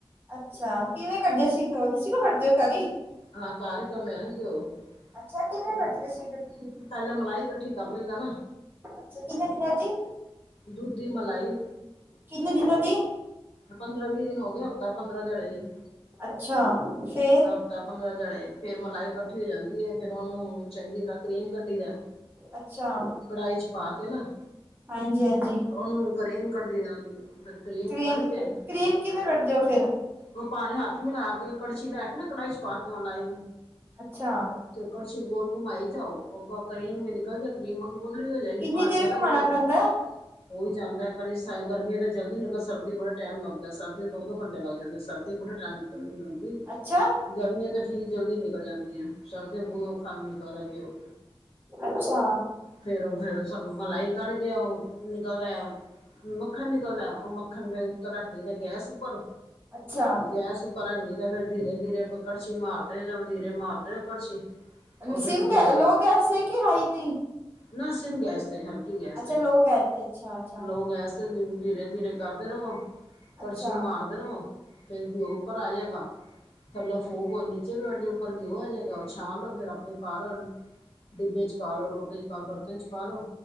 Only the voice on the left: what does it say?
ਹਾਂ ਕਾਰ ਕਰਨ ਕੋਈ।
ਪਹਿਲੇ ਮਲਾਈ ਇਕੱਠੀ ਕਰ ਲਈਦਾ ਨਾ
ਦੁੱਧ ਦੀ ਮਲਾਈ।
ਪੰਦਰਾਂ ਵੀਹ ਦਿਨ ਹੋ ਗਿਆ ਹਫ਼ਤਾ, ਪੰਦਰਾਂ ਦਿਹਾੜੇ ਦੀ।
ਹਫ਼ਤਾ ਪੰਦਰਾਂ ਦਿਹਾੜੇ, ਫੇਰ ਮਲਾਈ ਇਕੱਠੀ ਹੋ ਜਾਂਦੀ ਏ, ਫੇਰ ਉਹਨੂੰ ਚੰਗੀ ਤਰ੍ਹਾਂ ਕਰੀਮ ਕੱਢੀ ਦਾ,
ਕੜਾਹੀ ਚ ਪਾ ਕੇ ਨਾ
ਉਹਨੂੰ ਕਰੀਮ ਕੱਢੀ ਦਾ ਉਹਨੂੰ, ਫੇਰ ਕਰੀਮ
ਕੱਢ ਕੇ
ਉਹ ਪਾਣੀ ਹੱਥ ਮਿਲਾ ਕੇ, ਕੜਛੀ ਲੈ ਕੇ ਨਾ ਕੜਹੀ ਚ ਪਾ ਕੇ ਮਲਾਈ
ਤੇ ਕੜਛੀ ਗੋਲ ਘੁਮਾਈ ਜਾਓ, ਉਹ ਕਰੀਮ ਨਿਕਲ ਜੇ ਕਰੀਮ ਵੱਖਰੀ ਹੋ ਜਾਏਗੀ,
ਪਾਣੀ
ਅਲੱਗ
ਹੋ ਜਾਏਗਾ।
ਹੋ ਹੀ ਜਾਂਦਾ, ਕਦੀ ਸ ਗਰਮੀਆਂ ਚ ਜਲਦੀ ਨਿਕਲ, ਸਰਦੀ ਬੜਾ ਟਾਈਮ ਲੱਗਦਾ। ਸਰਦੀਆਂ ਦੋ ਦੋ ਘੰਟੇ ਲੱਗ ਜਾਂਦੇ, ਸਰਦੀਆਂ ਬੜੇ ਟਾਈਮ ਤੇ ਨੀ ਲੱਗਦੀ।
ਗਰਮੀਆਂ ਤਾਂ ਠੀਕ ਜਲਦੀ ਨਿਕਲ ਜਾਂਦੀ ਐ, ਸਰਦੀ ਬਹੁਤ ਔਖਾ ਨਿਕਲਦਾ ਘਿਓ।
ਫੇਰ ਉਹ ਫੇਰ ਮਲਾਈ ਕੱਢ ਕੇ ਉਹ ਨਿਕਲਦਾ ਮੱਖਣ ਨਿਕਲਦਾ, ਉਹ ਮੱ ਮੱਖਣ ਫਿਰ ਉੱਤੇ ਰੱਖ ਦਈਦਾ ਗੈਸ ਉੱਪਰ,
ਗੈਸ ਉੱਪਰ ਉੱਪਰ ਰੱਖ ਦਈਦਾ, ਫੇਰ ਦੀਰੇ ਦੀਰੇ ਕੜਛੀ ਮਾਰਦੇ ਜਾਉ, ਦੀਰੇ ਮਾਰਦੇ ਜਾਉ ਕੜਛੀ। ਉਹ ਫਿਰ
ਘਿਓ
ਨਾ ਸਿੰਮ ਗੈਸ ਤੇ, ਹਲਕੀ ਗੈਸ
ਤੇ,
ਲੋਅ ਗੈਸ ਦੀਰੇ ਦੀਰੇ ਕਰਦੇ ਰਓ, ਕੜਛੀ
ਮਾਰਦੇ ਰਵੋ, ਫੇਰ ਗਿਓ ਉੱਪਰ ਆ ਜੇਗਾ, ਥੱਲੋੱ ਫੂਕ ਹੋਏ ਨੀਚੇ ਬੈਠ ਜੇ ਉੱਪਰ ਗਿਓ ਆ ਜੇਗਾ। ਛਾਣ ਲੋ, ਫਿਰ ਆਪੇ ਪਾ ਲਓ, ਡਿੱਬੇ ਚ ਪਾਲੋ, ਲੋਟੇ ਚ ਪਾਉ, ਬਰ ਬਰਤਨ ਚ ਪਾ ਲੋੋ,